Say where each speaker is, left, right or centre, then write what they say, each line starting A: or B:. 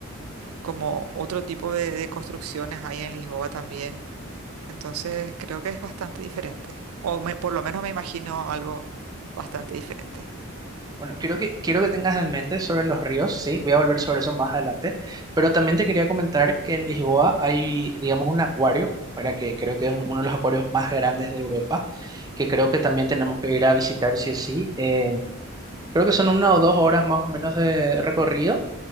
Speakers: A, on the right (about 85°); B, on the right (about 15°).
A: como otro tipo de, de construcciones ahí en Lisboa también. Entonces creo que es bastante diferente. O me- por lo menos me imagino algo bastante diferente.
B: Bueno, quiero que, quiero que tengas en mente sobre los ríos, sí, voy a volver sobre eso más adelante, pero también te quería comentar que en Lisboa hay, digamos, un acuario, para que creo que es un- uno de los acuarios más grandes de Europa, que creo que también tenemos que ir a visitar sí o sí. Eh, creo que son una o dos horas más o menos de recorrido